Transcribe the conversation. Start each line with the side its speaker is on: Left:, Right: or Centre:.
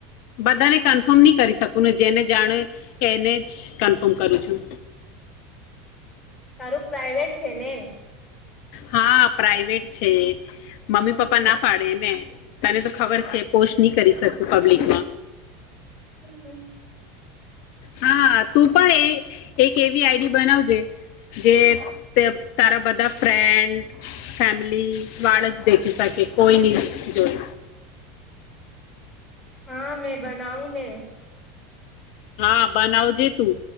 Left: બધાને કન્ફર્મ ની કરી શકું ને જેને જાણુ એ એને જ કન્ફર્મ કરું છું.
Centre: તારું પ્રાઈવેટ છે ને?
Left: હા પ્રાઈવેટ છે. મમ્મી
Centre: કોણ
Left: પપ્પા
Centre: છે
Left: ના
Centre: તે?
Left: પાડે ને. તને તો ખબર છે પોસ્ટ ની કરી શકું પબ્લિકમાં.
Centre: હમ્મ.
Left: હા તું પણ એ એક એવી આઈડી બનાવજે જે તારા બધા ફ્રેન્ડ ફેમિલી વાળ જ દેખી શકે કોઈ નીની જોઈ.
Centre: હા મેં બનાઉ ને
Left: હા બનાવ જેે તું